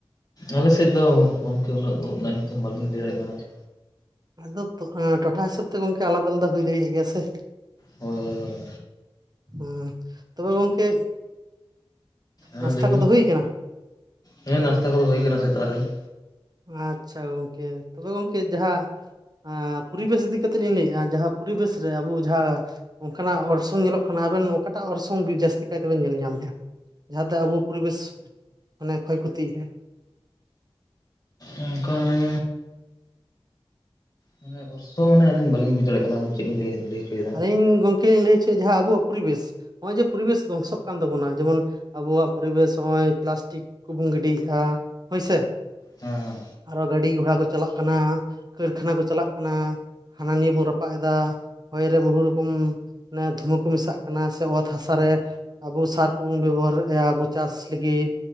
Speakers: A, on the left; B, on the right.
A: ᱟᱞᱮᱥᱮᱫ ᱫᱚ ᱜᱚᱢᱠᱮ ᱩᱱᱟᱹᱜ ᱳᱜ ᱱᱟᱜ ᱧᱩᱛᱩᱢ ᱵᱟᱹᱞᱤᱧ ᱞᱮᱭ ᱫᱟᱲᱮᱜ ᱠᱟᱱᱟ ᱾
B: ᱟᱫᱚᱵ ᱛᱚ ᱮᱸ ᱴᱚᱴᱷᱟ ᱦᱤᱥᱟᱹᱵ ᱛᱮ ᱜᱚᱝᱠᱮ ᱟᱞᱟᱫᱟ ᱟᱞᱟᱫᱟ ᱦᱩᱭ ᱫᱟᱲᱮᱭᱟᱜ ᱜᱮᱭᱟ ᱥᱮ?
A: ᱦᱳᱭ ᱦᱳᱭ ᱦᱳᱭ
B: ᱟᱸ ᱛᱚᱵᱮ ᱜᱚᱝᱠᱮ
A: ᱮᱸ
B: ᱱᱟᱥᱛᱟ
A: ᱞᱟᱹᱭᱵᱤᱱ
B: ᱠᱚᱫᱚ ᱦᱩᱭ ᱠᱟᱱᱟ
A: ᱦᱮᱸ ᱱᱟᱥᱛᱟ ᱠᱚᱫᱚ ᱦᱳᱭ ᱠᱟᱱᱟ ᱥᱮᱛᱟᱜ ᱨᱮ ᱾
B: ᱟᱪᱪᱷᱟ ᱜᱚᱝᱠᱮ ᱛᱚᱵᱮ ᱜᱚᱝᱠᱮ ᱡᱟᱦᱟᱸ ᱟ ᱯᱭᱨᱤᱵᱮᱥ ᱤᱫᱤ ᱠᱟᱛᱮᱜ ᱞᱤᱧ ᱞᱮᱭᱮᱜᱼᱟ ᱡᱟᱦᱟᱸ ᱯᱚᱨᱤᱵᱮᱥ ᱨᱮ ᱟᱵᱚ ᱡᱟᱦᱟ ᱚᱝᱠᱟᱱᱟᱜ ᱚᱨᱥᱚᱝ ᱧᱮᱞᱚᱜ ᱠᱟᱱᱟ ᱟᱵᱮᱱ ᱚᱠᱟᱴᱟᱜ ᱚᱨᱥᱚᱝ ᱵᱤ ᱡᱟᱹᱥᱛᱤ ᱠᱟᱭ ᱛᱮᱵᱮᱱ ᱧᱮᱞ ᱧᱟᱢᱮᱫᱟ? ᱡᱟᱦᱟᱸ ᱫᱚ ᱟᱵᱚ ᱯᱚᱨᱤᱵᱮᱥ ᱢᱟᱱᱮ ᱠᱷᱚᱭ ᱠᱷᱚᱛᱤᱭᱮᱜᱼᱟᱭ ᱾
A: ᱚᱝᱠᱟ ᱚᱱᱮ ᱢᱟᱱᱮ ᱚᱨᱥᱚ ᱢᱟᱱᱮ ᱟᱞᱤᱧ ᱵᱟᱹᱞᱤᱧ ᱵᱩᱡᱽ ᱫᱟᱲᱮᱭᱟᱜ ᱠᱟᱱᱟ ᱟᱵᱤᱱ ᱪᱮᱜ ᱵᱤᱱ ᱞᱟᱹᱭ ᱞᱮᱭ ᱦᱚᱪᱚᱭᱮᱫᱟ
B: ᱤᱧ ᱜᱚᱝᱠᱮᱧ ᱞᱟᱹᱭ ᱦᱚᱪᱚᱭᱮᱜ ᱡᱟᱦᱟᱸ ᱟᱵᱚᱣᱟᱜ ᱯᱚᱨᱤᱵᱮᱥ ᱱᱚᱜᱼᱚᱭ ᱡᱮ ᱯᱚᱨᱤᱵᱮᱥ ᱫᱷᱚᱝᱥᱚᱜ ᱠᱟᱱ ᱛᱟᱵᱚᱱᱟ ᱡᱮᱢᱚᱱ ᱟᱵᱚᱣᱟᱜ ᱯᱚᱨᱤᱵᱮᱥ ᱦᱚᱸᱜᱼᱚᱭ ᱯᱞᱟᱥᱴᱤᱠ ᱠᱚᱵᱚᱱ ᱜᱤᱰᱤᱭᱮᱜᱼᱟ ᱦᱳᱭᱥᱮ?
A: ᱦᱮᱸ ᱦᱮᱸ
B: ᱟᱨᱚ ᱜᱟᱹᱰᱤ ᱜᱷᱚᱲᱟ ᱠᱚ ᱪᱟᱞᱟᱜ ᱠᱟᱱᱟ, ᱠᱟᱹᱨᱠᱷᱟᱱᱟ ᱠᱚ ᱪᱟᱞᱟᱜ ᱠᱟᱱᱟ, ᱦᱟᱱᱟ ᱱᱤᱭᱟᱹ ᱵᱚᱱ ᱨᱟᱯᱟᱜ ᱮᱫᱟ ᱦᱚᱭ ᱨᱮ ᱵᱚᱦᱩ ᱨᱚᱠᱚᱢ ᱢᱟᱱᱮ ᱫᱷᱩᱢᱟᱹ ᱠᱚ ᱢᱮᱥᱟᱜ ᱠᱟᱱᱟ ᱥᱮ ᱚᱛ ᱦᱟᱥᱟ ᱨᱮ ᱟᱵᱚ ᱥᱟᱨ ᱠᱚᱵᱚᱝ ᱵᱮᱵᱚᱦᱟᱨᱮᱜᱼᱟ ᱟᱵᱚ ᱪᱟᱥ ᱞᱟᱹᱜᱤᱜ